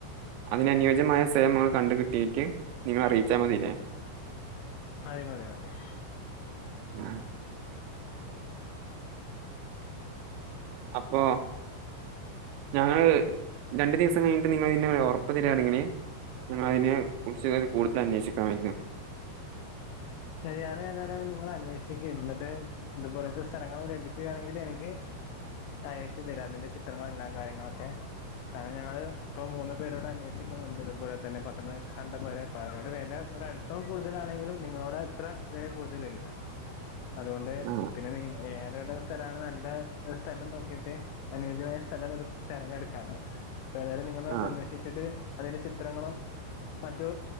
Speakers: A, on the right; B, on the left.
A: അതിന് അനുയോജ്യമായ സ്ഥലം കണ്ടുകിട്ടിയിട്ട് നിങ്ങളെ അറിയിച്ചാൽ മതിയില്ലേ
B: മതി മതി മതി
A: ഉം അപ്പോൾ ഞങ്ങൾ രണ്ടുദിവസം കഴിഞ്ഞിട്ട് നിങ്ങൾ ഉറപ്പു തരുവാണെങ്കിൽ ഞങ്ങൾ അതിനെ കുറിച്ച് കൂടുതൽ അന്വേഷിക്കാൻ വേണ്ടിയിട്ടാണ്
B: ശരി അത് ഏതായാലും നിങ്ങൾ അന്വേഷിക്ക് എന്നിട്ട് ഇതുപോലെത്തെ സ്ഥലങ്ങൾ കിട്ടുകയാണെങ്കിൽ എനിക്ക് അയച്ചുതരാ ചിത്രങ്ങളെല്ലാ കാര്യങ്ങളൊക്കെ കാരണം ഞാങ്ങള് ഇപ്പം മൂന്നു പേരോട് അന്വേഷിക്കുന്നുണ്ട് അതുപോലെ തന്നെ <unintelligible> വില ഒരല്പം കൂടുതലാണെങ്കിലും നിങളുടെ ഇത്ര വില കൂടുതലില്ല അതുകൊണ്ട്
A: ആ
B: പിന്നെ നിങ്ങ വേറേതാ സ്ഥലാണ് നല്ല സ്ഥലം നോക്കിയിട്ട് അനുയോജ്യമായ സ്ഥലം തെരഞ്ഞെടുക്കാല്ലോ ഏതായാലും നിങ്ങൾ
A: ആ
B: അന്വേഷിച്ചിട്ട് അതിന്റെ ചിത്രങ്ങളും മറ്റു